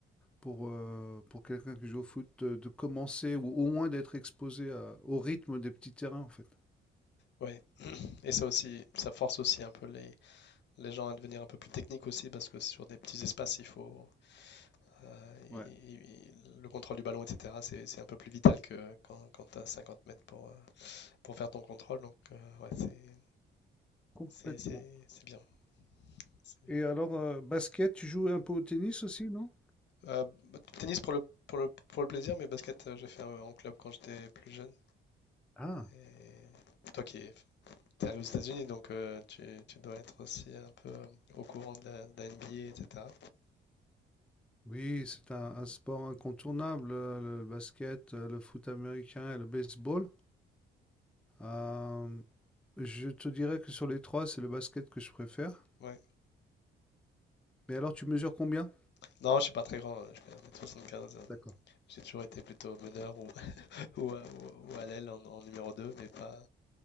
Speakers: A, in the centre; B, on the left.
A: pour, euh, pour quelqu'un qui joue au foot, de, de commencer ou au moins d'être exposé à- au rythme des petits terrains, en fait.
B: Oui, <clears throat> et ça aussi, ça force aussi un peu les, les gens à devenir un peu plus techniques aussi, parce que sur des petits espaces, il faut euh, il-
A: Ouais,
B: il- il- le contrôle du ballon, etc. C'est, c'est un peu plus vital que quand, quand tu as 50 mètres pour, euh, pour faire ton contrôle. Donc, euh, ouais, c'est,
A: complètement.
B: c'est, c'est, c'est bien. c'est bien.
A: Et alors, euh, basket, tu joues un peu au tennis aussi, non?
B: Euh, bah, tennis pour le, pour le, pour le plaisir, mais basket, euh, j'ai fait un- en club quand j'étais plus jeune.
A: Ah.
B: Et toi qui es allé aux États-Unis, donc euh, tu, tu dois être aussi un peu euh, au courant de la, de la NBA, etc.
A: Oui, c'est un, un sport incontournable, euh, le basket, euh, le foot américain et le baseball. Euh, je te dirais que sur les trois, c'est le basket que je préfère.
B: Ouais.
A: Mais alors, tu mesures combien?
B: Non, je suis pas très grand, hein, je fais 1m75. hein.
A: D'accord.
B: J'ai toujours été plutôt meneur ou, <laughs> ou, à- ou- à l'aile en, en numéro 2, mais pas,